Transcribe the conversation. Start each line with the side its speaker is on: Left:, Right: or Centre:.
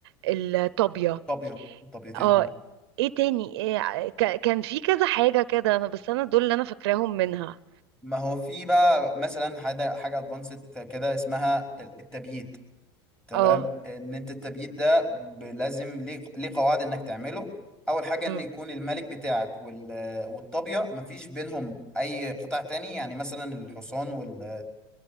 Right: الطابية
Centre: طابيه طابيتين
Right: اه
Centre: اه
Right: ايه تاني إيه ك- كان في كذا حاجة كده انا بس انا دول اللي انا فاكراهم منها
Centre: ما هو في بقى مثلا حاجه حاجه ادفانسد كده اسمها التبييت تمام
Right: اه
Centre: ان انت التبييت ده ب- لازم ليه ليه قواعد انك تعمله اول حاجه ان
Right: أم،
Centre: يكون الملك بتاعك وال والطابيه مفيش بينهم اي قطع تاني يعني مثلا الحصان وال